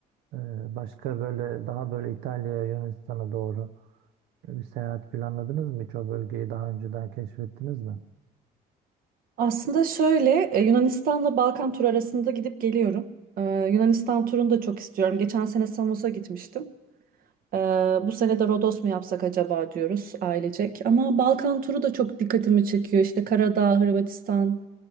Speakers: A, on the right; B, on the right.
A: e, başka böyle daha böyle İtalya'ya, Yunanistan'a doğru bir seyahat planladınız mı? Hiç o bölgeyi daha önceden keşfettiniz mi?
B: Aslında şöyle e, Yunanistan'la Balkan turu arasında gidip geliyorum. Ee, Yunanistan turunu da çok istiyorum. Geçen sene Samos'a gitmiştim. Ee, bu sene de Rodos mu yapsak acaba diyoruz ailecek. Ama Balkan turu da çok dikkatimi çekiyor. İşte Karadağ, Hırvatistan,